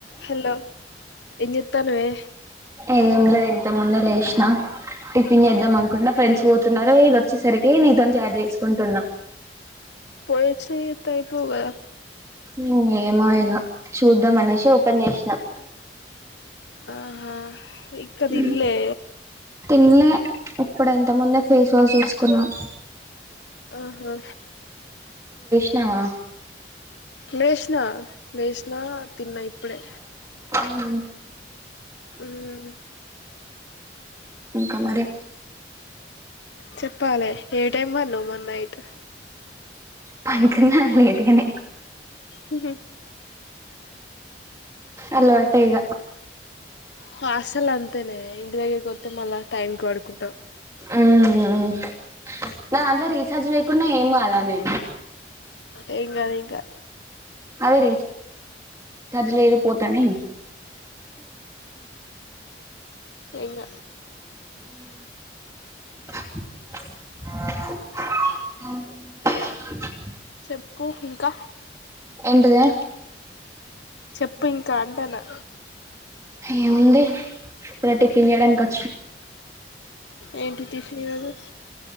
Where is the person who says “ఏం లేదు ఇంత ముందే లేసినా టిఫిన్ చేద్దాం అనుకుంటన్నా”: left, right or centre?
Right